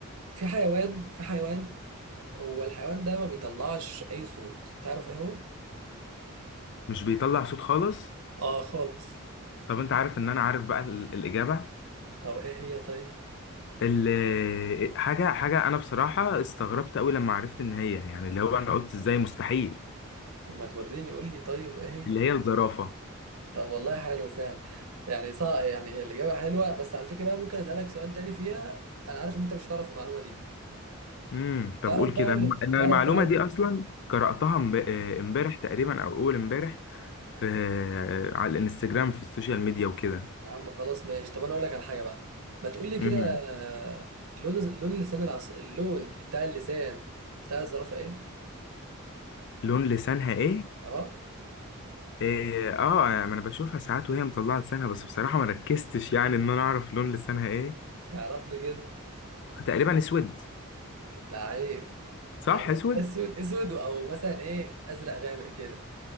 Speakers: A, on the right; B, on the left.
A: في حيوان في حيوان هو الحيوان ده ما بيطلعش اي صوت تعرف ايه هو
B: مش بيطلع صوت خالص
A: اه خالص
B: طب انت عارف ان انا عارف بقى ال- الاجابه
A: طب ايه هي طيب
B: ال- حاجه حاجه انا بصراحه استغربت قوي لما عرفت ان هي يعني اللي هو انا قلت ازاي مستحيل
A: طب ما توريني قول لي طيب ايه هي
B: اللي هي الزرافه
A: طب والله حلو سهل يعني صح يعني هي الاجابه حلوه بس على فكره بقى ممكن اسالك سؤال تاني فيها انا عارف ان انت مش هتعرف المعلومه دي
B: امم طب
A: تعرف
B: قول
A: بقى
B: كده
A: ال-
B: انا أنا
A: تعرف
B: المعلومه
A: بقى
B: دي اصلا قراتها امب- آه، امبارح تقريبا او اول امبارح في آه، على الانستجرام في السوشيال ميديا وكده
A: يا عم خلاص ماشي طب انا اقول لك على حاجه بقى ما تقول لي كده
B: امم
A: آه، لون لون لسان العص... اللون بتاع اللسان بتاع الزرافه ايه
B: لون لسانها ايه
A: اهو
B: إيه، اه ما انا بشوفها ساعات وهي مطلعه لسانها بس بصراحه ما ركزتش يعني ان انا اعرف لون لسانها ايه
A: تعرف لي كده
B: تقريبا اسود
A: لعيب
B: صح
A: أو
B: اسود
A: اسود اسود او مثلا ايه ازرق غامق كده